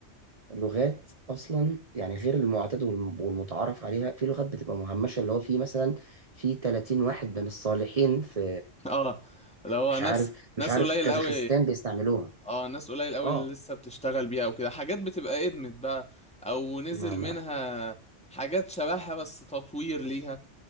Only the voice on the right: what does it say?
لغات اصلا يعني غير المعتاد والم- والمتعارف عليها في لغات بتبقى مهمشه اللي هو في مثلا في 30 واحد من الصالحين في
مش
عارف
مش عارف
كازاخستان
بيستعملوها
اه
ما ما